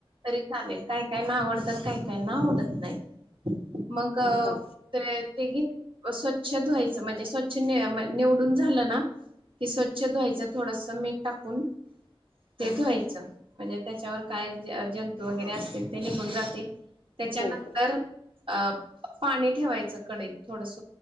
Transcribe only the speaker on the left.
हो
हा
हो हो